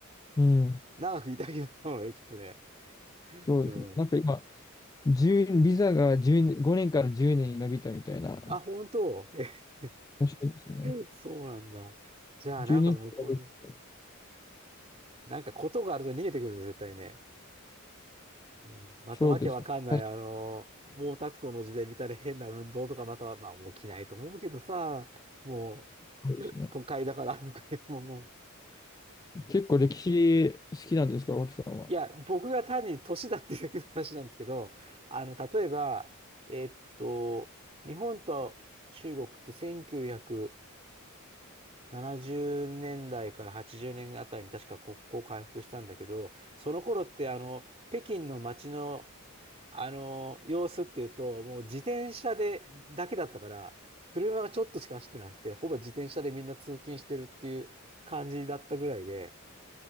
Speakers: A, on the left; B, on the right.
A: うん。
B: 長くいたけどもね、きっとね。
A: そうですね。
B: うん。
A: なんか今、1ビザが10、5年から10年に伸びたみたいな。
B: あ、本当 <laughs>
A: 面白いですね。
B: え、そうなんだ。じゃあ、
A: 1年か
B: なんか向こうに、
A: らて
B: なんかことがあると逃げてくるで、絶対ね。うんまたわけわかんない、
A: そうですね。確かに
B: あの、毛沢東の時代みたいな変な運動とか、または、まあ、起きないと思うけどさ、も
A: そうですね。
B: う、都会だから歩くよ、もう、もう。うん
A: 結構歴史好きなんですか、脇さんは。
B: いや、僕が単に年だっていうだけの話なんですけど、あの、例えば、えっと、日本と中国って1900 70年代から80年あたりに確か国交回復したんだけど、その頃ってあの北京の街の、あの様子っていうと、もう自転車でだけだったから、車がちょっとしか走ってなくて、ほぼ自転車でみんな通勤してるっていう感じだったぐらいで、